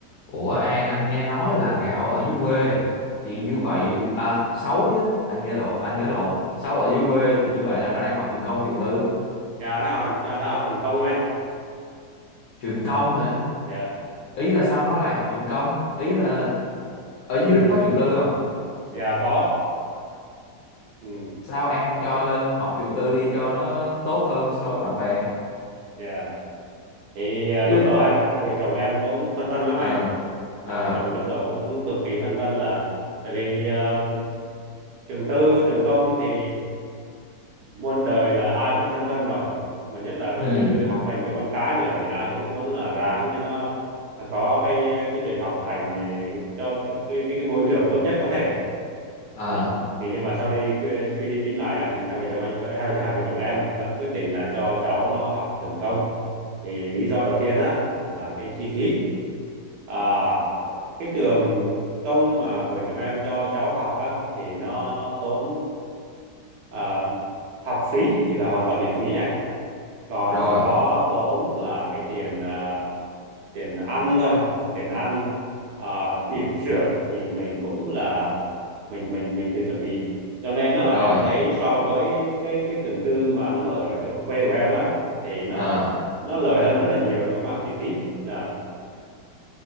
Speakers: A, on the left; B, on the right.
A: Ủa An anh nghe nói là gạo ở dưới quê thì như vậy à xấu chứ anh nghe lộn anh nhớ lộn xấu ở dưới quê thì như vậy là nó đang học trường công hay trường tư
B: dạ nó học đang học trường công anh
A: trường công hả
B: dạ
A: ý là sao nó lại học trường công ý là ở dưới
B: <laughs>
A: có trường tư không
B: dạ có ừ
A: sao em không cho lên học trường tư đi cho nó tốt hơn so với bạn bè
B: dạ thì à,
A: chứ
B: lúc đầu hai hai vợ chồng em cũng phân vân lắm
A: ờ
B: anh
A: ờ
B: hai vợ chồng lúc đầu cũng cực kỳ phân vân là tại vì ờ, trường tư trường công thì muôn đời là ai cũng phân vân rồi mà nhất là đầu
A: ừ
B: tư học hành cho con cái nữa thì ai cũng muốn là ráng cho nó à, có cái cái chuyện học hành ờ, cho cái cái cái, cái môi trường tốt nhất có thể
A: ờ
B: đó thì nhưng mà sau đi quy- suy đi tính lại á, thì hai vợ chồng anh với hai vợ hai vợ chồng em vẫn quyết định là cho cháu nó học trường công thì lý do đầu tiên á là cái chi phí à, cái trường công mà vợ chồng em cho cháu học á thì nó tốn à, học phí thì là hoàn toàn miễn phí này còn
A: rồi
B: chỉ có tốn là cái tiền à, tiền ăn thôi tiền ăn à, bỉm sữa thì mình cũng là mình mình mình tự chuẩn bị cho nên nó là
A: rồi
B: em thấy so với cái cái trường tư mà nó mở ở chỗ quê của em á thì nó
A: ờ
B: nó lời hơn rất là nhiều trong cái bảng chi phí nè